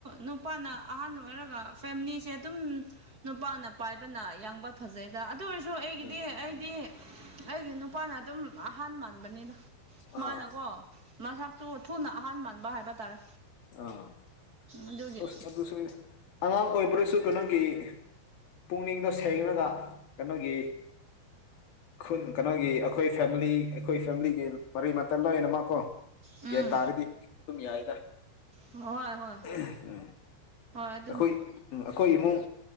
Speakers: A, on the right (about 25°); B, on the left (about 55°).
A: ꯅꯨꯄꯥꯅ ꯑꯍꯟ ꯑꯣꯏꯔꯒ ꯐꯦꯃꯤꯂꯤꯁꯦ ꯑꯗꯨꯝ ꯅꯨꯄꯥꯅ ꯄꯥꯏꯕꯅ ꯌꯥꯡꯕ ꯐꯖꯩꯗ ꯑꯗꯨ ꯑꯣꯏꯔꯁꯨ ꯑꯩꯒꯤꯗꯤ
B: ꯎꯝ
A: ꯑꯩꯗꯤ ꯑꯩꯒꯤ ꯅꯨꯄꯥꯅ ꯑꯗꯨꯝ ꯑꯍꯥꯟ ꯃꯥꯟꯕꯅꯤꯅ
B: ꯑꯥ
A: ꯃꯥꯅꯀꯣ ꯃꯁꯛꯇꯨ ꯊꯨꯅ ꯑꯍꯟ ꯃꯥꯟꯕ ꯍꯥꯏꯕ ꯇꯥꯔꯦ
B: ꯑꯥꯁ
A: ꯑꯗꯨꯒꯤ
B: ꯑꯗꯨꯁꯨ ꯑꯉꯥꯡ ꯑꯣꯏꯕ꯭ꯔꯁꯨ ꯀꯩꯅꯣꯒꯤ ꯄꯨꯛꯅꯤꯡꯗꯣ ꯁꯦꯡꯂꯒ ꯀꯩꯅꯣꯒꯤ ꯈꯨ ꯀꯩꯅꯣꯒꯤ ꯑꯩꯈꯣꯏ ꯐꯦꯃꯤꯂꯤ ꯑꯩꯈꯣꯏ ꯐꯦꯃꯤꯂꯤꯒꯤ ꯃꯔꯤ ꯃꯇꯥꯏ ꯂꯣꯅꯃꯛ ꯀꯣ
A: ꯎꯝ
B: ꯒ꯭ꯌꯥꯟ ꯇꯥꯔꯗꯤ ꯑꯗꯨꯝ ꯌꯥꯏꯗ
A: ꯍꯣꯏ ꯍꯣꯏ
B: <unintelligible>
A: ꯍꯣꯏ ꯑꯗꯨꯅꯤ
B: ꯑꯩꯈꯣꯏ ꯑꯩꯈꯣꯏ ꯏꯃꯨꯡ